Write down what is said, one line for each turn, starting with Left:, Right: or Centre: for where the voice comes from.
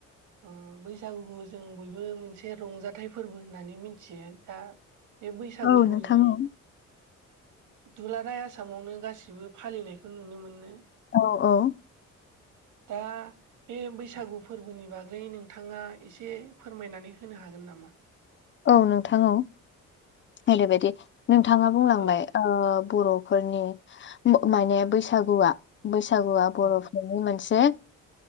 Right: उम बैसागुखौ जों बयबो मोनसे रंजाथाइ फोरबो होननानै मिथियो दा बे बैसागुखौ
Left: औ नोंथां
Right: जों
Left: औ
Right: दुलाराय आसामावनो गासिबो फालिनायखौ नुनो मोनो।
Left: औ औ
Right: <inaudible> दा बे बैसागु फोरबोनि बागै नोंथाङा एसे फोरमायनानै होनो हागोन नामा? <inaudible>
Left: औ नोंथां औ ओरैबायदि नोंथाङा बुंलांबाय
Right: औ
Left: ओ बर' फोरनि माने बैसागुआ, बैसागुआ बर'फोरनि
Right: औ
Left: मोनसे